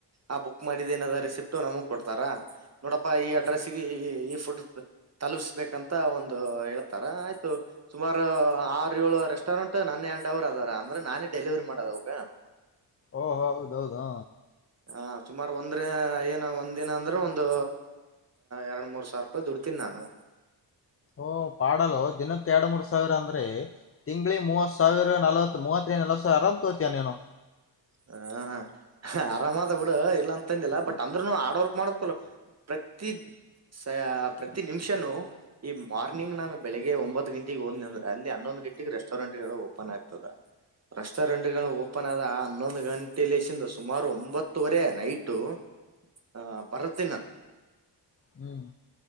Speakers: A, on the right (about 35°); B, on the left (about 30°).
A: ಆ ಬಕ್ ಮಾಡಿದ್ದ ಏನರಾ ರೆಸಿಪಿ ಟ್ಟ ನಮಗ್ ಕೊಡ್ತಾರ. ನೋಡಪ್ಪಾ ಈ ಅಡ್ರೆಸ್ಗೆ ಈ ಫುಡ್ ತಲುಪಿಸಬೇಕಂತ ಒಂದು ಹೇಳ್ತಾರ ಆಯ್ತು ಸುಮಾರು ಆರು ಏಳು ರೆ ಸ್ಟೋರೆಂಟ್ ನನ್ನೆ ಅಂಡವ್ರು ಅದಾರ ಅಂದ್ರೆ ನಾನೇ ಡೆಲಿವರಿ ಮಾಡೋದ ಅವಕ.
B: ಓಹ ಹೌದೌದಾ.
A: ಹ ಸುಮಾರು ಒಂದ್ರ ಏನ ಒಂದ್ ದಿನ ಅಂದ್ರೆ ಒಂದು ಎರಡ್ ಮೂರ್ ಸಾವಿರ ರೂಪಾಯಿ ದುಡಿ ತಿನಾನ.
B: ಓ ಪಾಡಲೊ ದಿನಕ್ಕೆ ಎರಡ್ ಮೂರ್ ಸಾವಿರ ಅಂದ್ರೆ ತಿಂಗಳಿ ಮೂವತ್ ಸಾವಿರ ನಲ್ವತ್ ಮೂವತ್ ಆರಾಮ್ ತಗೋತಿಯಾ ನೀನು.
A: ಹಾ ಹ. ಹ ಆರಾಮ ಆದ ಬಿಡ ಇಲ್ಲ ಅಂತಂದಿಲ್ಲ ಬಟ್ ಅಂದ್ನು ಹಾರ್ಡ್ ವರ್ಕ್ ಮಾಡ್ಬೇಕಲ್ಲ ಪ್ರತಿ ಸ ಪ್ರತಿ ನಿಮಿಷನು ಈ ಮಾರ್ನಿಂಗ್ ನಾನು ಬೆಳಿಗೆ ಒಂಬತ್ತು ಗಂಟೆಗಿ ಹೋದನ ಅಂದ್ರೆ ಅಲ್ಲಿ ಹನ್ನೊಂದು ಟ್ಟ ರೆಸ್ಟೋರೆಂಟ್ ಓಪನ್ ಆಗ್ತದೆ ರೆಸ್ಟೋರೆಂಟ್ ಓಪನ್ ಆದ ಹನ್ನೊಂದು ಗಂಟೆಲೆಸಿಂದ ಸುಮಾರು ಒಂಬತ್ತುವರೆ ನೈಟು ಹ ಬರದ್ದೇನ್ ನಾನ.
B: ಹ್ಮ್.